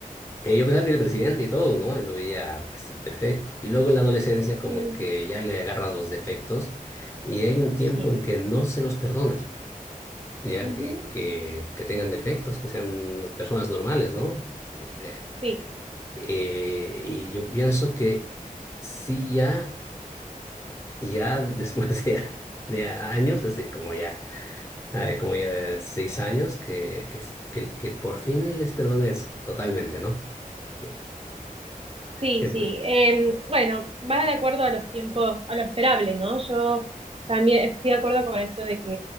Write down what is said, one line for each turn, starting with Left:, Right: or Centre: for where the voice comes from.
Left: eh, yo pensaba que era el presidente y todo, ¿no? Lo veía pues, sí, perfecto. Y luego en la adolescencia como
Right: Mm,
Left: que ya le agarras los defectos y hay un tiempo
Right: sí,
Left: en que no se los perdonas, ya
Right: ujú,
Left: que, que, que tengan defectos, que sean personas normales, ¿no? O sea,
Right: sí,
Left: eh, y yo pienso que sí ya Y ya después de, a- de a- años, hace como ya, eh, como ya seis años, que, que, que, que por fin les perdones totalmente, ¿no? Que,
Right: sí,
Left: que,
Right: sí.
Left: pues,
Right: Em, bueno, va de acuerdo a los tiempos, a lo esperable, ¿no? Yo también estoy de acuerdo con eso de que,